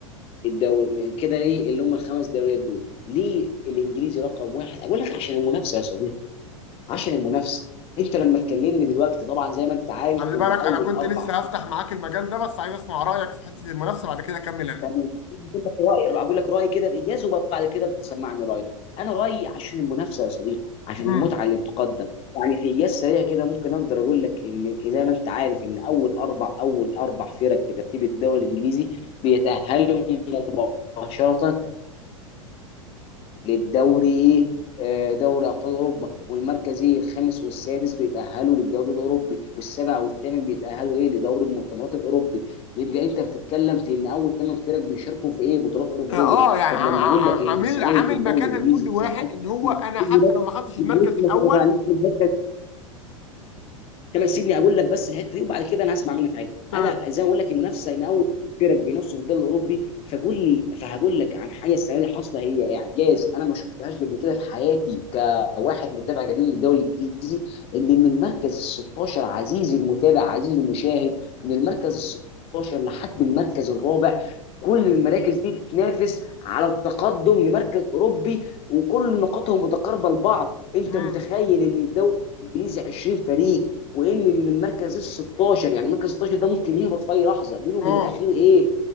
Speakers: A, on the left (about 35°); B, on the left (about 60°).
A: الدوري كده ليه اللي هم الخمس دوريات دول ليه الانجليزي رقم واحد اقول لك عشان المنافسه يا صديقي عشان المنافسه انت لما تكلمني دلوقتي طبعا زي ما انت عارف
B: خلي
A: ان
B: بالك
A: اول
B: انا كنت
A: اربع
B: لسه هفتح معاك المجال ده بس عايز اسمع رايك في حته المنافسه بعد كده اكمل انا
A: تمام اقول لك رايي اقول لك رايي كده بايجاز وبعد كده بتسمعني رايك انا رايي عشان المنافسه يا صديقي عشان
B: امم
A: المتعه اللي بتقدم يعني في ايجاز سريع كده ممكن اقدر اقول لك ان زي ما انت عارف ان اول اربع اول اربع فرق في ترتيب الدوري الانجليزي بيتاهلوا مباشره للدوري آه، دوري ابطال اوروبا والمركزي الخامس والسادس بيتاهلوا للدوري الاوروبي والسابع والثامن بيتاهلوا ايه لدوري المؤتمرات الاوروبي يبقى انت بتتكلم في ان اول ثمان فرق بيشاركوا في ايه بطولات اوروبيه
B: اه يعني
A: طب
B: عم-
A: لما
B: عم-
A: اقول لك ان
B: عامل
A: السنه
B: عامل
A: دي في الدوري
B: مكانه
A: الانجليزي
B: لكل واحد
A: في حاجه
B: ان هو انا
A: كتير
B: حتى
A: بس
B: لو ما خدتش المركز
A: معلش ما
B: الاول
A: تقاطعنيش في الحته كما سيبني اقول لك بس الحته دي وبعد كده انا هسمع منك عادي
B: تمام
A: انا زي ما اقول لك المنافسه ان اول فرق بينافسوا في الدوري الاوروبي فقول لي فهقول لك عن حاجه السنه دي حاصله هي إيه. اعجاز انا ما شفتهاش قبل كده في حياتي كواحد متابع قديم للدوري الانجليزي ان من المركز ال 16 عزيزي المتابع عزيزي المشاهد من المركز ال 16 لحد المركز الرابع كل المراكز دي بتنافس على التقدم لمركز اوروبي وكل نقاطهم متقاربه لبعض انت
B: امم
A: متخيل ان الدوري الانجليزي 20 فريق وان ان المركز ال 16 يعني المركز 16 ده ممكن يهبط في اي لحظه بينه وبين
B: اه
A: الاخير ايه؟